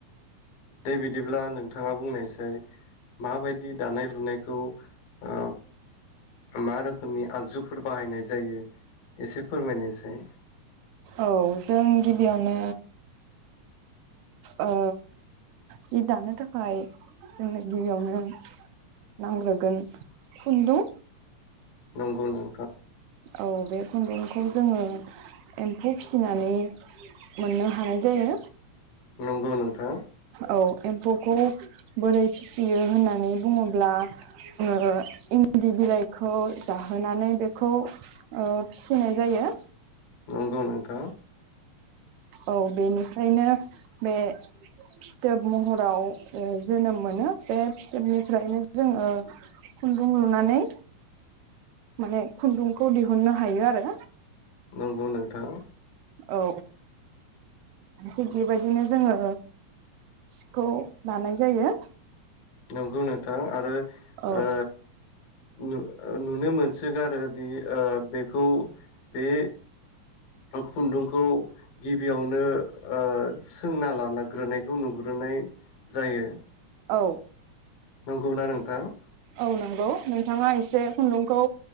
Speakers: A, on the left; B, on the right.
A: दे बिदिब्ला नोंथाङा बुंनायसाय माबायदि दानाय लुनायखौ ओ मा रोखोमनि आगजुफोर बाहायनाय जायो? एसे फोरमायनायसाय।
B: औ जों गिबियावनो ओ जि दानो थाखाय जोंनो गिबियावनो नांग्रोगोन खुन्दुं।
A: नंगौ नों
B: औ बे खुन्दुंखौ जोङो एम्फौ फिसिनानै मोननो हानाय जायो।
A: नंगौ नोंथां
B: औ एम्फौखौ बोरै फिसियो होननानै बुङोब्ला ओ इन्दि बिलाइखौ जाहोनानै बे खौ ओ फिनाय जायो।
A: नंगौ नोंथां
B: औ बेनिफ्रायनो बे फिथोब महराव जोनोम मोनो बे फिथोबनिफ्रायनो जोङो खुन्दुं लुनानै माने खुन्दुंखौ दिहुननो हायो आरो।
A: नंगौ नोंथां
B: औ थिग बेबायदिनो जोङो सिखौ लानाय जायो।
A: नंगौ नों थां आरो
B: औ
A: ओ नु-नुनो मोनसोगारो दि ओ बेखौ बे खुन्दुं खौ गिबियावनो ओ सोंना लानाग्रोनायखौ नुग्रोनाय जायो।
B: औ।
A: नंगौना नोंथां?
B: औ नंगौ, नोंथाङा एसे खुन्दुंखौ